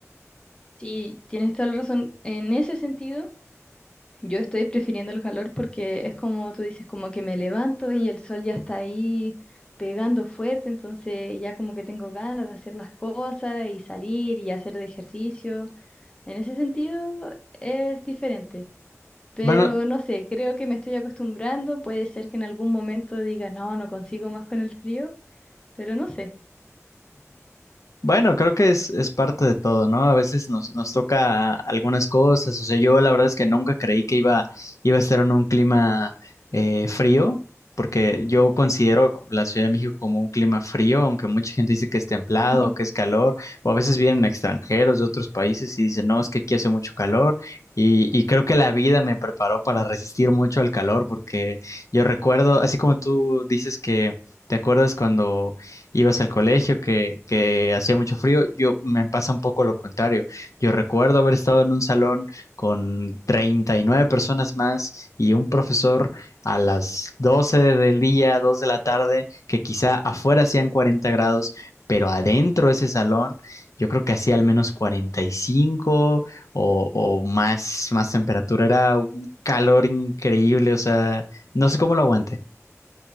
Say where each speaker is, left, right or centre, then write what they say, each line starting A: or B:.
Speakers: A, on the left; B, on the left.
A: Sí, tienes toda la razón. En ese sentido, yo estoy prefiriendo el calor porque es como tú dices, como que me levanto y el sol ya está ahí pegando fuerte, entonces ya como que tengo ganas de hacer las cosas y salir y hacer de ejercicio. En ese sentido es diferente, pero
B: Bueno,
A: no sé, creo que me estoy acostumbrando. Puede ser que en algún momento diga, no, no consigo más con el frío, pero no sé.
B: Bueno, creo que es, es parte de todo, ¿no? A veces nos, nos toca algunas cosas. O sea, yo la verdad es que nunca creí que iba, iba a estar en un clima eh, frío, porque yo considero la Ciudad de México como un clima frío, aunque mucha gente dice que es templado,
A: <laughs>
B: que es calor, o a veces vienen extranjeros de otros países y dicen, no, es que aquí hace mucho calor. Y, y creo que la vida me preparó para resistir mucho al calor, porque yo recuerdo, así como tú dices que te acuerdas cuando ibas al colegio, que, que hacía mucho frío. Yo me pasa un poco lo contrario. Yo recuerdo haber estado en un salón con 39 personas más y un profesor a las 12 del día, 2 de la tarde, que quizá afuera hacían 40 grados, pero adentro de ese salón yo creo que hacía al menos 45 o, o más, más temperatura. Era un calor increíble, o sea, no sé cómo lo aguante.